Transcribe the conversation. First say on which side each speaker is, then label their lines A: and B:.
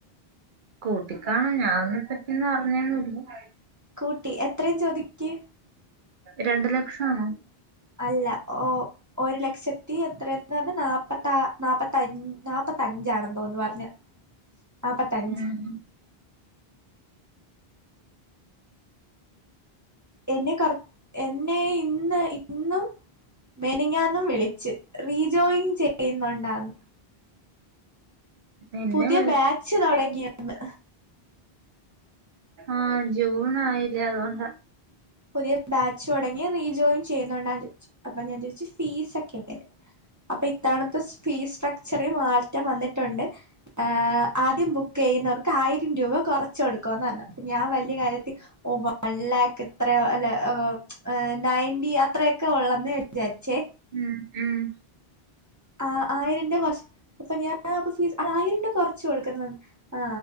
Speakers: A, on the right; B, on the right.
A: കൂട്ടിക്കാണും ഞാതിനെ പറ്റിന്നറിഞ്ഞൊന്നില്ല
B: കൂട്ടി എത്രെ ചോദിക്ക്
A: രണ്ട് ലക്ഷം ആണോ
B: അല്ല ഓ ഒരു ലക്ഷത്തി എത്രെന്ന് പർണേ നാപ്പത്താറാ നാപ്പത്തഞ്ച നാപത്തഞ്ചാണേന്ന് തോന്ന് പറഞ്ഞ് നാപ്പത്തഞ്ച്
A: ഉം
B: എന്നെ കർ എന്നെ ഇന്ന് ഇന്നും മെനഞാന്നും വിളിച്ച് റീജോയിങ് ചെയ്യുന്നുണ്ടോന്ന്
A: എന്നെ
B: പുതിയ
A: വിളിച്ചിട്ടേ
B: ബാച്ച് തുടങ്ങിയെന്ന്
A: ആ ജൂൺ ആയില്ലേ അതുകൊണ്ടാ
B: പുതിയ ബാച്ച് തൊടങ്ങി റീജോയിൻ ചെരുന്നുണ്ടോന്ന് ചോയിച്ചു അപ്പൊ ഞാൻ ചോയിച്ചു ഫീസൊക്കെ എങ്ങനെ അപ്പൊ ഇ തവണത്തെ ഫീസ് സ്ട്രക്ചറെ മാറ്റം വന്നിട്ടുണ്ട് ഏ ആദ്യം ബുക്ക് ചെയ്യുന്നവർ ക്ക് ആയിരം രൂപ കൊറച്ച് കൊടുക്കുന്ന് പറഞ്ഞു അപ്പം ഞാൻ വല്ലിയ കാര്യത്തിൽ ഓ വൺ ലാക്ക് അത്രയോ അല്ലോ ഓ നയെന്റി അത്രയൊക്കെ ഒള്ളെന്ന് വിചാരിച്ചേ
A: ഉം ഉം
B: ആ ആയിരം രൂവ കൊർ അപ്പൊ ഞാനപ്പൊ ഫീസ് ആയിരം രൂപ കൊറച്ച് കൊട് ക്ക്ന്നത് ആ